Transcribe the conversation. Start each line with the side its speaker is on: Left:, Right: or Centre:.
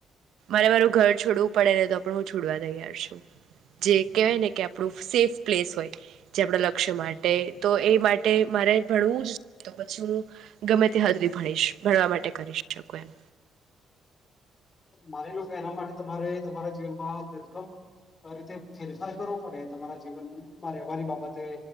Right: મારે મારું ઘર છોડવું પડે ને તો પણ હું છોડવા તૈયાર છું, જે કહેવાય ને કે આપણું સેફ પ્લેસ હોય, જે આપણા લક્ષ્ય માટે તો, એ માટે મારે ભણવું જ તો પછી હું ગમે તે હદહુધી ભણીશ ભણવા માટે કરી શકું એમ
Left: માની લો કે એના માટે તમારે તમારા જીવનમાં ધરખમ રીતે ફેરફાર કરવો પડે તમારા જીવનમાં રહેવાની બાબતે